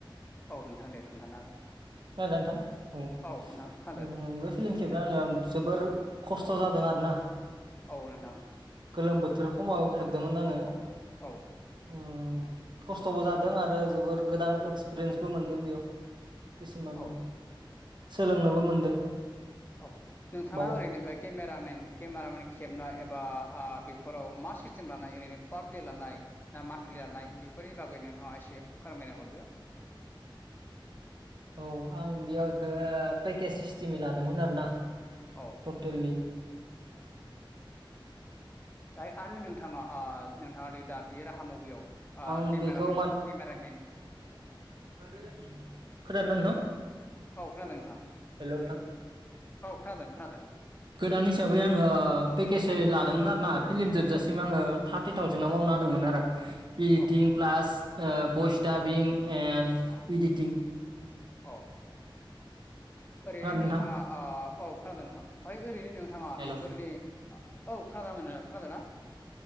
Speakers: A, on the left; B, on the right.
A: औ नोंथां दे खोन्थानो हागोन
B: खोनादोंना नोंथां
A: औ खोनादो
B: बे फिलिम खेबनोआङो जोबोर खस्थ' जादों आरो ना।
A: औ नोंथां।
B: गोलोम बोथोर हमाव खेबदोंमोन आङो
A: औ औ
B: उम खस्थ'बो जादों आरो जोबोर गोदान एक्सपिरियेन्सबो मोनदों बेयाव किसिमान
A: औ
B: सोलोंनोबो मोनदों
A: औ नोंथाङा
B: बाव
A: ओरैनिफ्राय केमेरामेन केमेरामेन खेबनाय एबा ओ बेफोराव मा सिस्टेम लानाय ओरैनो पार दे लानाय ना मान्थलि लानाय बेफोरनि बागै नोंथाङा एसे फोरमायना हरदो
B: औ आं बेयाव इखो पेकेज सिस्टिमै लादोंमोन आरो ना
A: औ
B: टटेलि
A: दा आरो नोंथाङा ओ नोंथाङा दे दा बे राहा मबियाव ओ
B: आं
A: केमेरा
B: बेखौ
A: मेन केमेरा मेन
B: खोनादोंमोन नोंथां
A: औ खोनादों नोंथां
B: हेल' नोंथां
A: औ खोनादों खोनादों
B: गोदान हिसाबै आङो पेकेजै
A: औ
B: लादोंमोन आरोना फिल्म जोबजासिम
A: औ नोंथां
B: आङो थारटि थावजेनाव
A: औ
B: मावनो होदोंमोन नारा इडिटिं
A: औ
B: प्लास ओ फयस एन
A: औ औ
B: इडिटिं
A: औ ओरैनो
B: खोनादों नोंथां
A: नोंथाङा ओ औ खोनादों नोंथां ओमफाय ओरैनो नोंथाङा
B: हेलौ
A: बेफोरनि औ खानादों खानादोंना